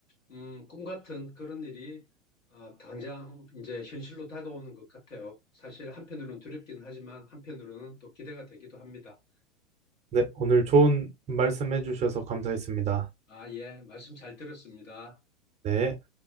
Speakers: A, on the left; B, on the right.
A: 음, 꿈 같은 그런 일이, 어, 당장 이제 현실로 다가오는 것 같아요. 사실 한편으로는 두렵긴 하지만 한편으로는 또 기대가 되기도 합니다.
B: 네, 오늘 좋은 말씀 해주셔서 감사했습니다.
A: 아, 예. 말씀 잘 들었습니다.
B: 네.